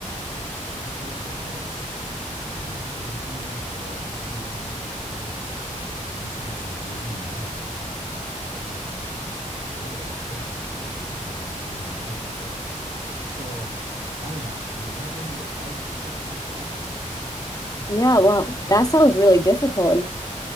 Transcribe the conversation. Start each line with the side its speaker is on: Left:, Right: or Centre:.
Right: she takes it as I'm angry or I'm singling her out, and she gets really mad and and just really irate and tells people that I'm being mean to her. So I don't know. Do you have any advice for something like that?
Left: Yeah, well, that sounds really difficult and